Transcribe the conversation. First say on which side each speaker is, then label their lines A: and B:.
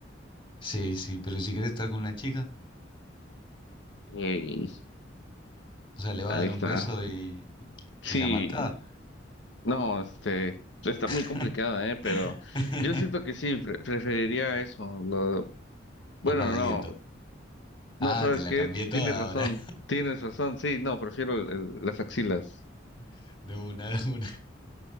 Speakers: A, on the left; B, on the left.
A: Sí, sí, pero ¿y si querés estar con una chica,
B: Ey,
A: o sea, le va
B: ahí
A: a dar
B: está.
A: un beso y,
B: Sí,
A: y la matá.
B: no, este, está
A: <laughs>
B: muy complicada, ¿eh? Pero yo siento que sí, pre- preferiría eso. lo- bueno,
A: El mal aliento.
B: no, no,
A: Ah,
B: ¿sabes
A: te la
B: qué?
A: cambié toda
B: Tienes razón,
A: ahora.
B: tienes razón, sí, no, prefiero el- el- las axilas.
A: <laughs> De una, de una.